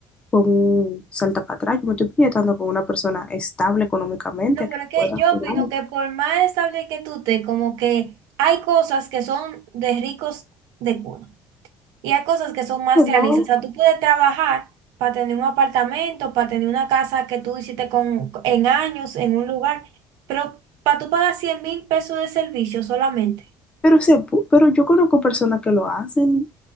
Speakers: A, on the left; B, on the right.
A: con un salta para atrás, yo me estoy proyectando con una persona estable económicamente
B: No,
A: que
B: pero es que
A: pueda
B: yo
A: ayudarme.
B: opino que por más estable que tú estés, como que hay cosas que son de ricos de cuna. Y hay cosas que son más
A: No,
B: realistas.
A: no,
B: O sea, tú puedes trabajar para tener un apartamento, para tener una casa que tú hiciste con, en años, en un lugar, pero para tú pagar cien mil pesos de servicio solamente.
A: pero, se, pu- pero yo conozco personas que lo hacen.